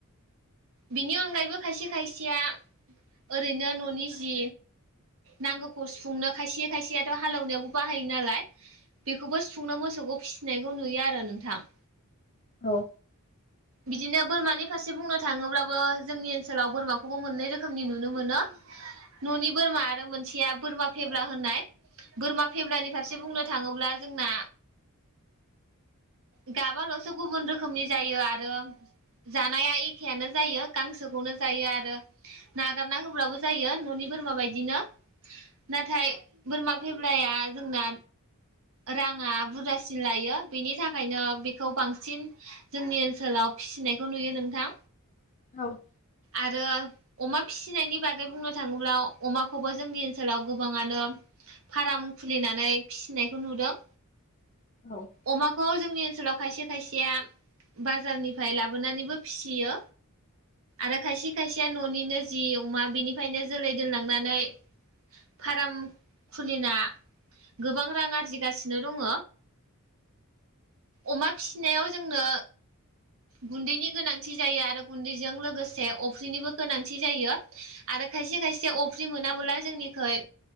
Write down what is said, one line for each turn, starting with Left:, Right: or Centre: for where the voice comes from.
Right: बिनि अनगायैबो खायसे खायसेया ओरैनो ननि जि नांगौखौ सुफुंनो खायसे खायसेयाथ हालेवनायावबो बाहायो नालाय- बेखौबो सुफुंनो मोसौखौ फिसिनायखौ नुयो आरो नोंथां।
Left: औ।
Right: बिदिनो बोरमानि फारसे बुंनो थाङोब्लाबो जोंनि ओनसोलाव बोरमाखौबो मोननै रोखोमनि नुनो मोनो न'नि बोरमा आरो मोनसेया बोरमा फेब्ला होननाय। बोरमा फेबब्लानि फारसे बुंनो थाङोब्ला जोंना गाबाल'सो गुबुन रोखोमनि जायो आरो जानाया एखेयानो जायो। गांसोखौनो जायो आरो नागारना होब्लााबो जायो न'नि बोरमा बायदिनो नाथाय बोरमा फेब्लाया जोंना राङा बुरजासिन लायो बेनि थाखायनो बेखौ बांसिन जोंनि ओनसोलाव फिसिनायखौ नुयो नोंथां।
Left: औ
Right: आरो अमा फिसिनायनि बागै बुंनो थाङोब्ला अमाखौबो जोंनि ओनसोलाव गोबाङानो फार्म खुलिनानै फिसिनायखौ नुदों।
Left: औ
Right: अमाखौ जोंनि ओनसोलाव खायसे खायसेया बाजारनिफ्राय लाबोनानैबो फिसियो। आरो खायसे खायसेया न'निनो जि अमा बिनिफ्रायनो जोलै दोनलांनानै फार्म खुलिना गोबां रां आरजिगासिनो दङ। अमा फिसिनायाव जोंनो गुन्दैनि गोनांथि जायो आरो गुन्दैजों लोगोसे अफ्रिनिबो गोनांथि जायो आ रो खायसे खायसे अफ्रि मोनाबोला जोंनिखै